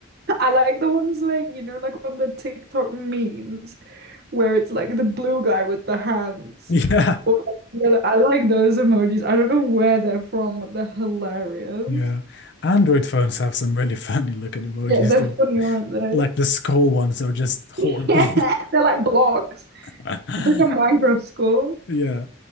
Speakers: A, on the right; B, on the left.
A: I like the ones where you know, like on the TikTok memes, where it's like the blue guy with the hands.
B: <laughs> Yeah.
A: Or like, I like those emojis. I don't know where they're from, but they're hilarious.
B: Yeah. Android phones have some really <laughs> funny looking emojis
A: Yeah, they're
B: too.
A: funny, aren't they?
B: Like the skull ones are just horrible.
A: <laughs> Yeah. They're like blocks.
B: <laughs>
A: It's like a Minecraft school.
B: Yeah.